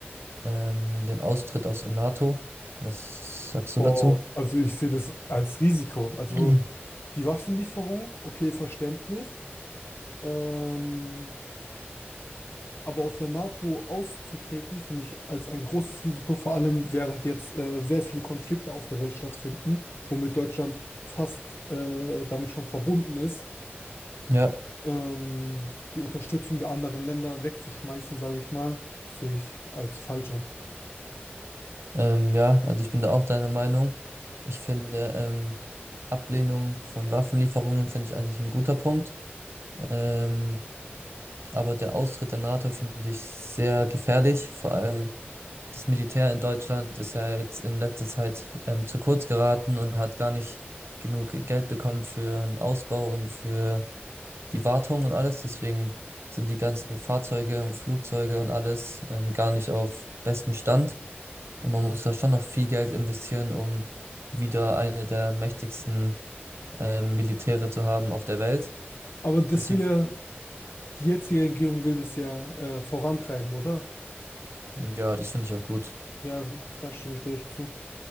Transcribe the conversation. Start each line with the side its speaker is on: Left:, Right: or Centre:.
Right: ähm, den Austritt aus der NATO. Was sagst du
Left: Oh,
Right: dazu? <clears throat>
Left: also ich sehe das als Risiko. Also
Right: Mhm.
Left: Die Waffenlieferung, okay, verständlich. Ähm, Aber aus der NATO auszutreten, finde ich als ein großes Risiko, vor allem während jetzt äh, sehr viele Konflikte auf der Welt stattfinden, womit Deutschland fast äh, damit schon verbunden ist,
Right: Ja,
Left: ähm, die Unterstützung der anderen Länder wegzuschmeißen, sage ich mal, sehe ich als falsch an.
Right: ähm, ja, also ich bin da auch deiner Meinung. Ich finde, ähm, Ablehnung von Waffenlieferungen finde ich eigentlich ein guter Punkt. Ähm, aber der Austritt der NATO finde ich sehr gefährlich. Vor allem das Militär in Deutschland ist ja jetzt in letzter Zeit ähm, zu kurz geraten und hat gar nicht genug Geld bekommen für einen Ausbau und für die Wartung und alles. Deswegen sind die ganzen Fahrzeuge und Flugzeuge und alles ähm, gar nicht auf bestem Stand. Und man muss da schon noch viel Geld investieren, um wieder eine der mächtigsten ähm, Militäre zu haben auf der Welt.
Left: Aber das
Right: Deswegen,
Left: will
Right: find
Left: ja,
Right: ich-
Left: die jetzige Regierung will das ja äh, vorantreiben, oder?
Right: hm, ja, das finde ich auch gut.
Left: Ja, w- da stimme ich dir echt zu.